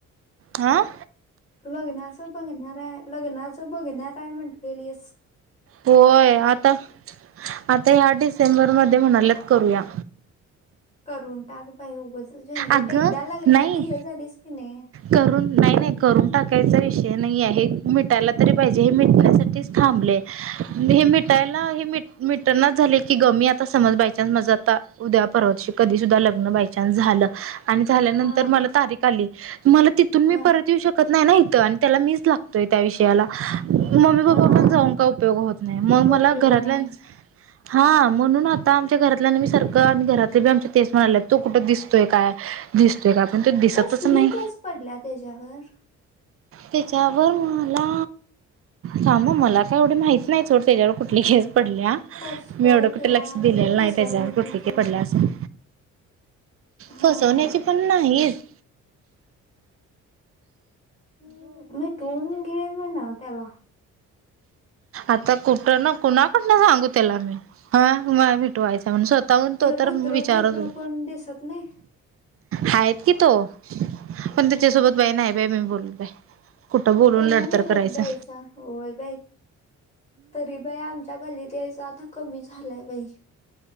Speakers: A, on the right; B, on the left.
A: आं.
B: लग्नाचं बघणार आहे, लग्नाचं बघणाराय म्हंटलेलीस.
A: होय, आता, आता ह्या डिसेंबरमध्ये म्हणाल्यात करूया.
B: करून टाक बाई उगचच झंझट
A: अगं
B: एकदा लग्नात
A: नाही
B: हे झालीस की नाही
A: करून नाही, नाही करून टाकायचा विषय नाही आहे हे मिटायला तरी पाहिजे हे मिटण्यासाठीच थांबले. हे मिटायला हे मिट मिटनाच झालंय की ग मी आता समज बायचान्स माझं आता उद्या परवा दिवशी कधी सुद्धा लग्न बायचान्स झालं आणि झाल्यानंतर
B: हा
A: मला तारीख आली मला तिथून
B: हा
A: मी परत येऊ शकत नाही ना हित आणि त्याला मीच लाग तोय त्या विषयाला मम्मी,
B: हा
A: पप्पा पण
B: हा
A: जाऊन काय उपयोग होत नाही मग मला
B: उपयोग
A: घरातल्यांच
B: <unintelligible>
A: हा म्हणून आता आमच्या घरातल्याना मी सारखं आणि घरातले बी आमचे तेच म्हणाल्यात तु कुठं दिस तोय काय दिसतोय काय पण तो दिसतच
B: कसली
A: नाही.
B: केस पडल्या त्याच्यावर
A: तेच्यावर मला थांब आ मला काय एवढे माहित नाही सोड त्याच्यावर कुठली केस पडल्या
B: फॉस्को
A: मी एवढं कुठं
B: किंवा
A: लक्ष दिलेलं
B: म्हणजे
A: नाही
B: फसवणुकीची
A: त्याच्यावर कुठली केस पडल्या असंल
B: हा
A: फसवण्याची
B: हा
A: पण नाही येत
B: उम मिटवून घे म्हना त्याला
A: आता कुठं ना कुणाकडन सांगू त्याला मी हाय मला मिटवायचय म्हणून स्वत काहून
B: ते
A: तो तर
B: रुद्रू
A: उम विचारत
B: बिद्रू
A: हो
B: कोण दिसत नाही
A: हायेत कि तो पण त्याच्यासोबत बाई नाही बाई मी बोलत बाई कुठं बोलून
B: त्याला
A: लढतर
B: निरोप
A: करायचंय.
B: द्यायचा होय बाई तरी बाई आमच्या गल्लीत यायचा आता कमी झालायं बाई.